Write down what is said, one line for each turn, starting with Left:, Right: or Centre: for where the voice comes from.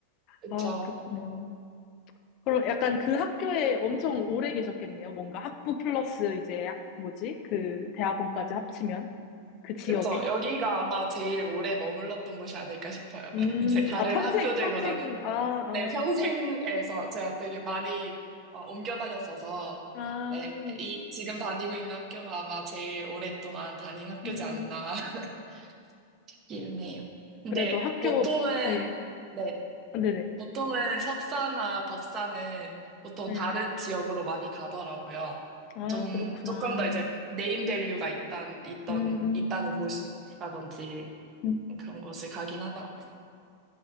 Right: 그쵸.
Left: 아, 그랬구나. 그럼 약간 그 학교에 엄청 오래 계셨겠네요. 뭔가 학부 플러스 이제, 뭐지? 그 대학원까지 합치면? 그 지역에?
Right: 그쵸. 여기가 아마 제일 오래 머물렀던 곳이 아닐까 싶어요.
Left: 음,
Right: <laughs> 이제 다른
Left: 아, 평생,
Right: 학교들보다는.
Left: 평생, 아, 아,
Right: 네, 평생에서 제가 되게 많이 어, 옮겨 다녔어서,
Left: 아,
Right: 네, 이, 지금 다니고 있는 학교가 아마 제일 오랫동안 다닌 학교지
Left: 음,
Right: 않았나 <laughs> 기운해요. 근데
Left: 그래도 학교,
Right: 보통은,
Left: 네,
Right: 네,
Left: 아, 네네,
Right: 보통은 석사나 박사는 보통
Left: 네.
Right: 다른 지역으로 많이 가더라고요.
Left: 아,
Right: 좀,
Left: 그렇구나.
Right: 조금 더 이제 네임 밸류가 있단, 있던,
Left: 음, 음,
Right: 있다는 곳이라든지
Left: 음.
Right: 그런 곳을 가긴 하더라고요.